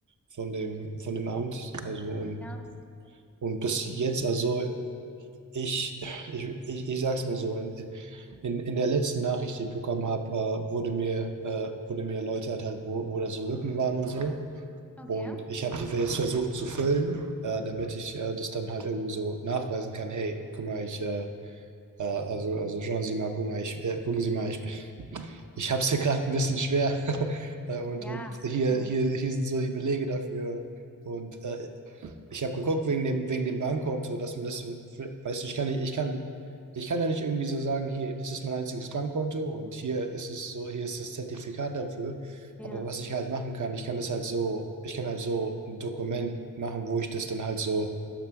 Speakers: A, on the right; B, in the centre.
A: von dem, von dem Amt. Also und,
B: Ja,
A: und bis jetzt, also ich, ich, ich, ich sag's mal so, in, in, in der letzten Nachricht, die ich bekommen habe, äh, wurde mir, äh, wurde mir erläutert halt, wo, wo da so Lücken waren und so.
B: okay.
A: Und ich habe die jetzt versucht zu füllen, äh, damit ich äh, das dann halt irgendwie so nachweisen kann. Hey, guck mal, ich, äh, äh, also, also schauen Sie mal, guck mal, ich, äh, gucken Sie mal, ich, ich habe es hier <laughs> gerade ein bisschen schwer. <laughs> Äh, und,
B: Ja,
A: und hier,
B: Ja,
A: hier, hier sind so die Belege dafür. Und äh, ich habe geguckt wegen dem, wegen dem Bankkonto, dass man das, weißt du, ich kann nicht, ich kann, ich kann da nicht irgendwie so sagen, hier, das ist mein einziges Bankkonto und hier ist es so, hier ist das Zertifikat dafür.
B: ja,
A: Aber was ich halt machen kann, ich kann das halt so, ich kann halt so ein Dokument machen, wo ich das dann halt so